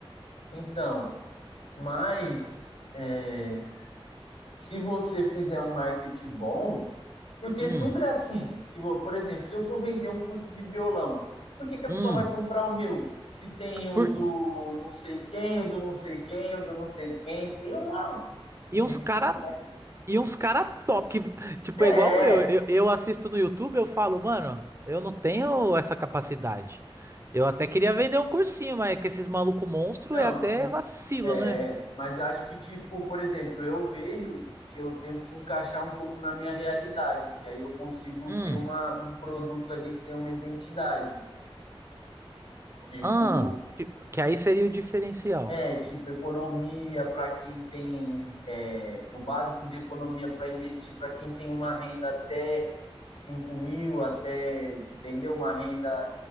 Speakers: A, on the left; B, on the right.
A: então, mas é, se você fizer um marketing bom, Porque
B: Hum,
A: tudo é assim. Se vou, por exemplo, se eu for vender um curso de violão, por que que a pessoa
B: hum.
A: vai comprar o meu? Se tem o
B: Por,
A: do não sei quem, o do não sei quem, o do não sei quem, tem uma
B: E
A: infinidade.
B: uns cara. E uns cara top. Que, tipo,
A: É,
B: é igual eu,
A: é,
B: eu. Eu assisto no YouTube, eu falo, mano, eu não tenho essa capacidade. Eu até queria vender um cursinho, mas é que esses maluco monstro
A: então,
B: é até vacilo,
A: é,
B: né?
A: mas eu acho que, tipo, por exemplo, eu vejo que eu tenho que encaixar um pouco na minha realidade, que aí eu consigo
B: Hum.
A: ter uma, um produto ali que tem uma identidade. Tipo,
B: Ah. ti- Que aí seria o diferencial.
A: É, tipo, economia para quem tem é, o básico de economia para investir, para quem tem uma renda até 5 mil, até, entendeu? Uma renda